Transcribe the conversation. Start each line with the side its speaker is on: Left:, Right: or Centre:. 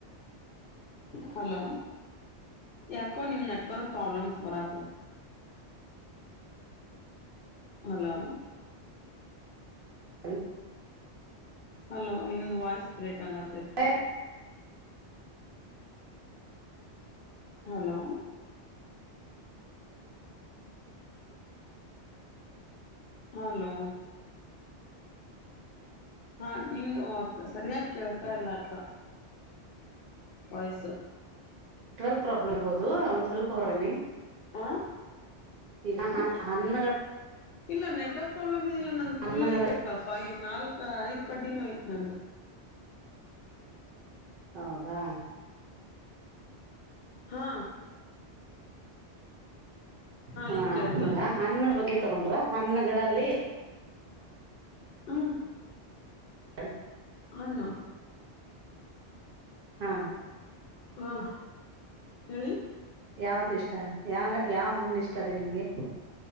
Left: ಹಲೋ ಯಾಕೋ ನಿಮ್ ನೆಟ್ವರ್ಕ್ ಪ್ರಾಬ್ಲಮ್ಸ್ ಬರತ್ತತ್ ಹಲೋ
Right: ಹಲ್
Left: ಹಲೋ ನಿಮ್ದ್ ವಾಯ್ಸ್ ಬ್ರೇಕ್ ಆಗತೈತಿ
Right: ನೆಟ್ವರ್ಕ್
Left: ಹಲೋ ಹಲೋ ಹಾ ನಿಮ್ದು ಅಕ್ಕ ಸರಿಯಾಗಿ ಕೇಳ್ತಾ ಇಲ್ಲಾ ಅಕ್ಕ ವಾಯ್ಸು
Right: ನೆಟ್ವರ್ಕ್ ಪ್ರಾಬ್ಲಮ್ ಇರ್ಬಹದು ಒಂದ್ ಸ್ವಲ್ಪ ಹೊರಬನ್ನಿ
Left: ಹಾ
Right: ಈಗ
Left: ಹಾ
Right: ಹ್ಣ
Left: ಇಲ್ಲ ನೆಟ್ವರ್ಕ್ ಪ್ರಾಬ್ಲಮ್ ಇದಿಲ್ಲ ನನ್
Right: ಹಣ್ಣುಗಳ
Left: ಫುಲ್ ಐತಕ್ಕ ಫೈಏನ್ ನಾಲ್ಕ ಐದ್ ಕಡ್ಡಿನೂ ಆಯ್ತ್ ನನ್
Right: ಹೌದಾ
Left: ಹಾ
Right: ಹಾ
Left: ಈಗ ಕೇಳ್ತಾ
Right: ಈಗ
Left: ಇದೆ
Right: ಹನ್ನರ ಬಗ್ಗೆ ತಗೊಂಡ್ರ ಹಣ್ಣಗಳಲ್ಲಿ
Left: ಹ
Right: ಹ
Left: ಹಣ್ಣು
Right: ಹಾ
Left: ಹಾ ಹೇಳಿ
Right: ಯಾವ್ದ ಇಷ್ಟ ಯಾವ ಯಾವ ಹಣ್ಣು ಇಷ್ಟ ರೀ ನಿಂಗೆ